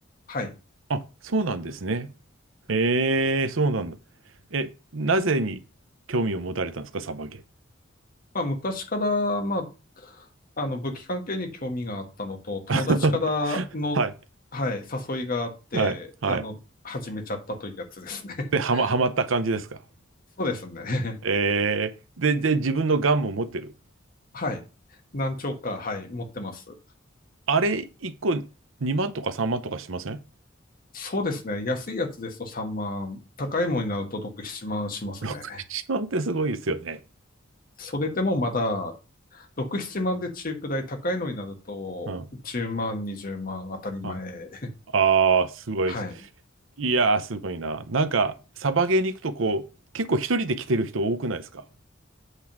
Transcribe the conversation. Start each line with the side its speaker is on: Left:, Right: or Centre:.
Left: はい。
Right: あ、そうなんですね。ええ、そうなんだ。え、なぜに興味を持たれたんですか、サバゲ
Left: まあ、昔から、まあ、あの、武器関係に興味があったのと、友達からの、
Right: ー。<laughs> はい、
Left: はい、誘いがあって、
Right: はい、はい。
Left: あの、始めちゃったというやつですね。<laughs>
Right: で、はま、はまった感じですか。
Left: そうですね。
Right: ええ、で、で、自分のガンも持ってる。
Left: <laughs> はい。何丁か、はい、持ってます。
Right: あれ、1個2万とか3万とかしません
Left: そうですね。安いやつですと3万、高いものになると6、7万しますね。
Right: ?1 <laughs> 万ってすごいですよね。
Left: それでもまだ、6、7万で中くらい、高いのになると、
Right: うん。
Left: 10万、20万当たり前。
Right: はいああ、すごいです。
Left: はい。
Right: いやー、すごいな。なんか、サバゲーに行くとこう、結構一人で来てる人多くないですか